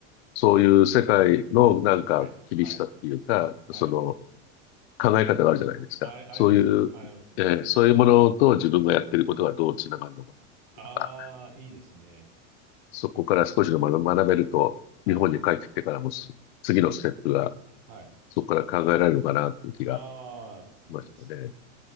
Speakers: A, on the left; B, on the right.
A: そういう世界のなんか厳しさっていうか、
B: はい、はい、はい。
A: その考え方があるじゃないですか。
B: あ、ありますね、
A: そういう、
B: ありますね。
A: えーそういうものと自分がやってることがどうつながるのかなのか、
B: ああ、いいですね。
A: そこから少しの学学べると、
B: はい。
A: 日本に帰ってきてからもす次のステップが
B: はい。
A: そこから考えられるのかなっていう気が
B: ああ、
A: しましたね。
B: いいですね。